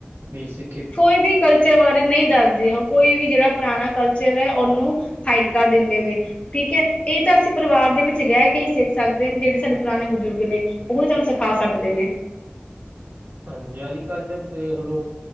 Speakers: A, on the right (about 75°); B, on the left (about 30°).
A: ਵੀ ਸਿੱ
B: ਕੋਈ ਵੀ ਕਲਚਰ ਬਾ ਰੇ ਨਈ ਦੱਸਦੇ ਓ ਕੋਈ ਵੀ ਜੜਾ ਪਰਾਨਾ ਕਲਚਰ ਐ ਓਨੂੰ ਹਾਈਡ ਕਰ ਦਿੰਦੇ ਨੇ। ਠੀਕ ਐ, ਏ ਤਾਂ ਅਸੀ ਪਰਿਵਾਰ ਦੇ ਵਿੱ ਚ ਰੈ ਕੇ ਹੀ ਸਿਖ ਸਕਦੇ ਆਂ। ਜੜੇ ਸਾਡੇ ਪੁਰਾਨੇ ਬਜੁਰਗ ਨੇ ਓਹੀ ਸਾਨੂੰ ਸਿਖਾ ਸਕਦੇ ਨੇ।
A: ਹਾਂਜੀ, ਅੱਜ-ਕੱਲ ਦੇ ਬੇਖ ਲੋ